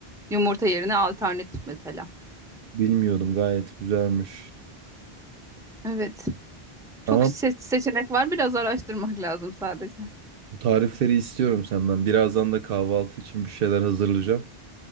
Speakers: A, in the centre; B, on the right.
A: Yumurta yerine alternatif mesela.
B: bilmiyordum gayet güzelmiş.
A: Evet. Çok
B: Ama
A: se- seçenek var. Biraz araştırmak lazım sadece.
B: Bu tarifleri istiyorum senden. Birazdan da kahvaltı için bir şeyler hazırlayacağım.